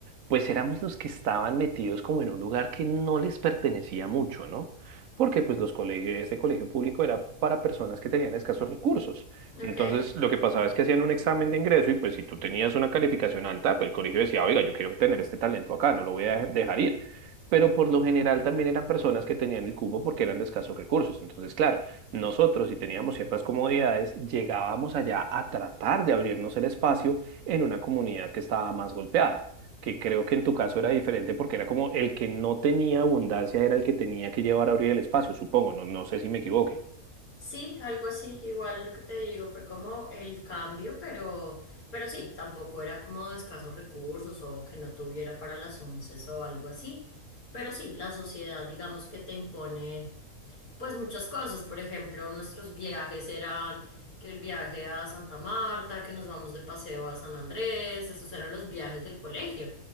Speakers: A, on the right (about 70°); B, on the left (about 70°).
A: pues éramos los que estaban metidos como en un lugar que no les pertenecía mucho, ¿no? Porque pues los colegios, este colegio público era para personas que tenían escasos recursos.
B: Ok.
A: Entonces, lo que pasaba es que hacían un examen de ingreso y pues si tú tenías una calificación alta, pues el colegio decía, oiga, yo quiero tener este talento acá, no lo voy a dejar ir. Pero por lo general también eran personas que tenían el cupo porque eran de escasos recursos. Entonces, claro, nosotros si teníamos ciertas comodidades, llegábamos allá a tratar de abrirnos el espacio en una comunidad que estaba más golpeada que creo que en tu caso era diferente porque era como el que no tenía abundancia era el que tenía que llevar a abrir el espacio, supongo, no, no sé si me equivoque.
B: Sí, algo así, igual lo que te digo fue como el cambio, pero, pero sí, tampoco era como de escasos recursos o que no tuviera para las once o algo así, pero sí, la sociedad digamos que te impone. Pues muchas cosas, por ejemplo, nuestros viajes eran que el viaje a Santa Marta, que nos vamos de paseo a San Andrés, esos eran los viajes del colegio.